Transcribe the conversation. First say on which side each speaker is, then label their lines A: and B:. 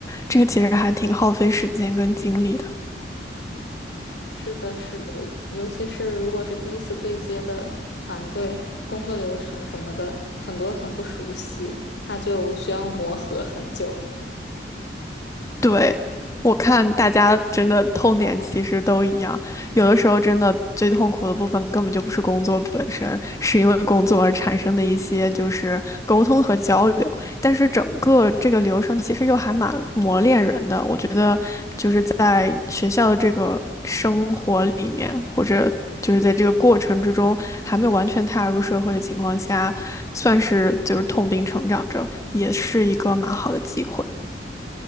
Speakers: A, on the left; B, on the left.
A: 这个其实还挺耗费时间跟精力的。
B: 是的，是的，尤其是如果是第一次对接的团队，工作流程什么的，很多很不熟悉，他就需要磨合很久。
A: 对，我看大家真的痛点其实都一样，有的时候真的最痛苦的部分根本就不是工作本身，是因为工作而产生的一些就是沟通和交流。但是整个这个流程其实又还蛮磨练人的，我觉得就是在学校的这个生活里面，或者就是在这个过程之中还没有完全踏入社会的情况下，算是就是痛并成长着，也是一个蛮好的机会。